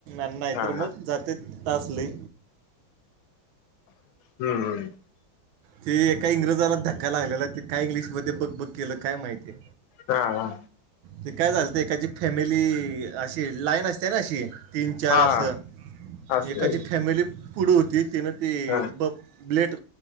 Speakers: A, on the right; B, on the left.
A: नाही
B: हा
A: तर
B: हा
A: मग
B: हम्म
A: जाते तास लई
B: हम्म
A: ते एका इंग्रजाला धक्काय लागलेला त ते काय इंग्लिशमध्येध्ये बघ बघ केलं काय माहितीय
B: हा हा
A: ते काय झालत एकाची फॅमिली अशी लाईन असते ना अशी तीन चार
B: हा
A: असं
B: असतय
A: एकाची
B: की
A: फॅमिली पुढे होती तन ती
B: हा
A: ब ब्लेट